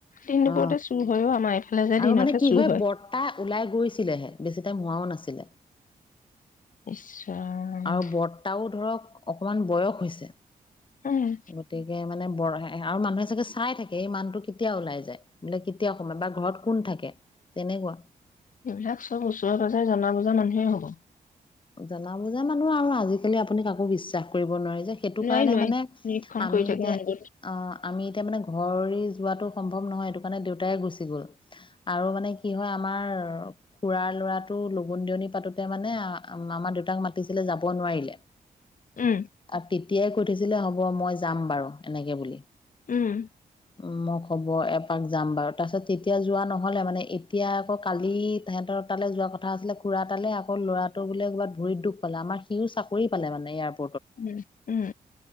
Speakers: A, on the left; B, on the left.
A: দিন দুপৰতে
B: অ
A: চুৰ হয়অ আমাৰ এইফালে যে
B: আৰু
A: দিনতে
B: মানে কি
A: চুৰ হয়।
B: বৰ্তা ওলাই গৈছিলেহে বেছি টাইম হোৱাও নাছিলে।
A: ইচ্ ৰাম
B: আৰু বৰ্তাও ধৰক অকমান বয়স হৈছে।
A: উম।
B: গতিকে মানে বৰহাই আৰু মানুহে চাগে চাই থাকে এই মানুহটোৱে কেতিয়া ওলাই যায় বোলে কেতিয়া কমাই বা ঘৰত কোন থাকে তেনেকুৱা
A: এইবিলাক চব ওচৰে পাজৰে জনা বুজা মানুহেই হব।
B: জনা বুজা মানুহ আৰু আজিকালি আপুনি কাকো বিশ্বাস কৰিব নোৱাৰি সেইটো
A: নোৱাৰি
B: কাৰণে
A: নোৱাৰি
B: মানে
A: নিৰীক্ষণ
B: আমি
A: কৰি থাকে
B: এতিয়া
A: অনবৰত
B: - 'আমি এতিয়া মানে ঘৰ এৰি যোৱাটো সম্ভৱ নহয় মানে দেউতাই গুচি গ'ল। আৰু মানে কি হয় আমাৰ খুৰাৰ ল'ৰাটো লগোন দিয়নি পাতোতে মানে আমা দেউতাক মাতিছিলে যাব নোৱাৰিলে,
A: উম
B: আৰু তেতিয়াই কৈছিলে হ'ব মই যাম বাৰু এনেকে বুলি
A: উম
B: উ মই খবৰ এপাক যাম বাৰু। তাৰপিছত তেতিয়া যোৱা নহ'লে, মানে এতিয়া আকৌ কালি তেহেতৰ তালৈ যোৱা কথা আছিলে খুৰা তালৈ, আকৌ ল'ৰা তৰ বোলে ক'বাত ভৰিত দুখ পালে, আমাৰ সিও চাকৰি পালে মানে ইয়াৰ পা
A: উম, উম।